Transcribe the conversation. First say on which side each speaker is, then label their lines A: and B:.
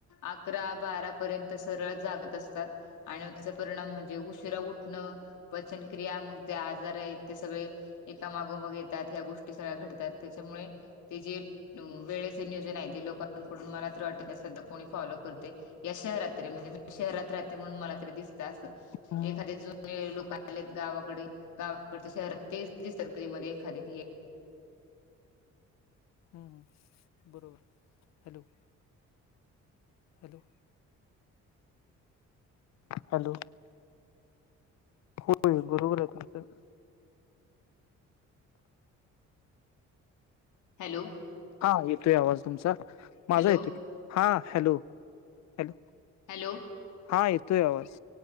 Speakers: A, on the left (about 80°); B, on the left (about 65°).
A: अकरा बारा पर्यंत सरळ जागत असतात आणि आम्ह- परिणाम म्हणजे उशिरा उठणं पचनक्रिया मग जे आजार आहेत. ते सगळे एका मागोमाग येतात ह्या गोष्टी, ह्या घडतात, त्याच्यामुळे हे जे वळेचे नियोजन आहे ते- कडून मला तर वाटत नाही सध्या कोणी फॉलो करते. या शहरात तरी, म्हणजे मी शहरात राहते म्हणून मला तरी दिसतं. असं-
B: हम्म.
A: एखादे जुने व लोक आलेत गावाकडे गावाकडे शहरात तेच <unintelligible> खरेदी हे
B: हम बरोबर हॅलो <inaudible> हॅलो! हॅलो! होय बोल! च <unintelligible>
A: हॅलो!
B: हा येतोय आवाज तुमचा. माझा
A: हॅलो
B: येतोय हा हॅलो हॅलो!
A: हॅलो!
B: हा येतोय आवाज